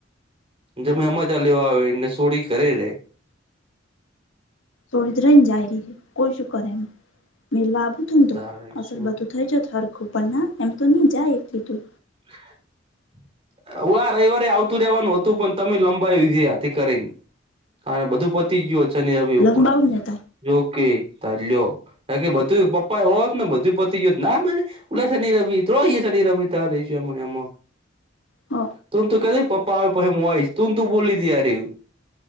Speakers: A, on the right; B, on the left.
A: જેમ હમાચાર? લેવા આવી ને સોડી કરી રે,
B: છોડી રહીને જાય રહી છે, કોઈ શું કરે એમ મેલવા આવું થું ને તો
A: આ
B: અસલ બધું થઈ જાત હરખું પણ ના એમ તો નહી જાય એકલીધું
A: <inaudible> હ આ રવિવારે આવતું રેવાનું હતું પણ તમે લંબાયું ઇ હાથી કરીને. અને બધું પતી ગયું ચની રવિ ઉપર
B: લંબાવું ને તાર
A: જોકે ચ્યો, હ કે બધું પપ્પા એ ઓત ને બધું પોતી યત ના મને ઓલા શનિ રવિ તોરો શનિ રવિ ત રહી છેમને એમાં
B: હ
A: તુંમ તું કેતી તી કે પપ્પા આવે પછી મુું આઈશ તુંમ તું બોલી હતી યારી